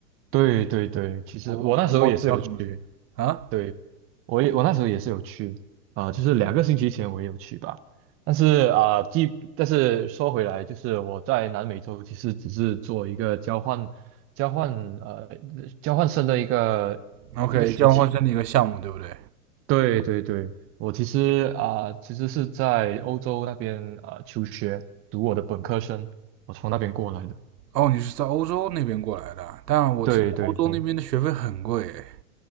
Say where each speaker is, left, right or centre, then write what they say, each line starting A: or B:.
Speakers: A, on the right; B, on the right.
A: 对对对，其实我那时候也是有去，
B: 我忘我忘记叫什么名了啊
A: 对，我也我那时候也是有去，啊、就是两个星期前我也有去吧。但是啊，既、但是说回来，就是我在南美洲其实只是做一个交换交换呃交换生的一个一个学期。
B: ？OK，交换生的一个项目，对不对？
A: 对对对，我其实啊、其实是在欧洲那边啊、求学，读我的本科生，我从那边过来的。
B: 哦，你是在欧洲那边过来的，但我听说欧洲那边的学费很贵。
A: 对对对。